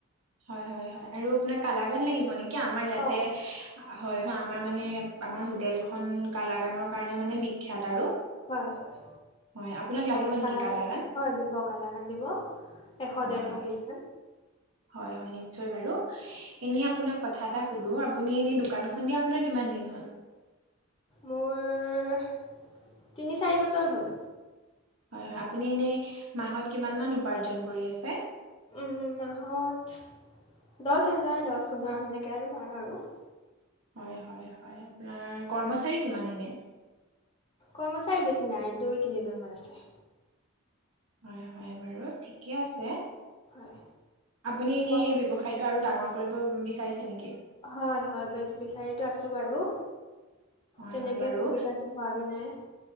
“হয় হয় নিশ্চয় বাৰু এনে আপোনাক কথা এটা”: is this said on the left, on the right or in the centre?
Right